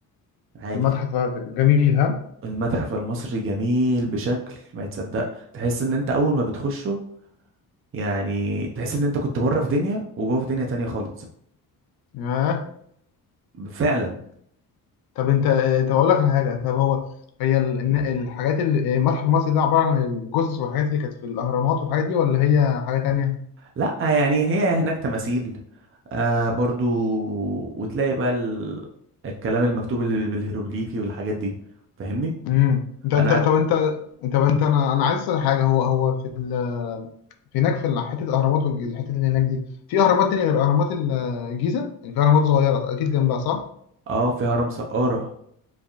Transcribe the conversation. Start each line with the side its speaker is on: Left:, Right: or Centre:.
Right: عادي
Left: المتحف جميل ها
Right: المتحف المصري جميل بشكل ما يتصدق تحس ان انت اول ما بتخشه يعني تحس ان انت كنت بره في دنيا وجوه في دنيا تانية خالص
Left: ياه
Right: فعلا
Left: طب انت آه، طب اقول لك على حاجه طب هو هي ال- الن- الحاجات اللي المتحف المصري ده عباره عن الجثث والحاجات اللي كانت في الاهرامات والحاجات دي ولا هي حاجه تانية
Right: لا يعني هي هناك تماثيل آه برضو وتلاقي بقى ال... الكلام المكتوب اللي بالهيروغليفي والحاجات دي فاهمني
Left: امم انت انت
Right: انا
Left: طب انت طب انت انا انا عايز اسال حاجه هو هو في ال هناك في حته الاهرامات والحته اللي هناك دي في اهرامات تانية غير اهرامات الجيزه يعني في اهرامات صغيره اكيد جنبها صح
Right: اه في هرم سقارة